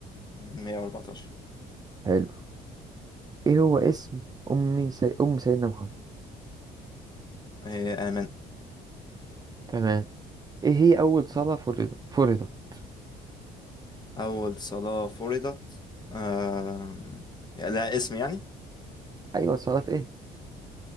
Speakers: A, on the left; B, on the right.
A: 114
B: حلو إيه هو اسم أم سي... أم سيدنا محمد؟
A: هي آمن
B: تمام إيه هي أول صلاة فرضت؟ فرضت
A: أول صلاة فرضت آم، لا اسم يعني
B: أيوة صلاة إيه؟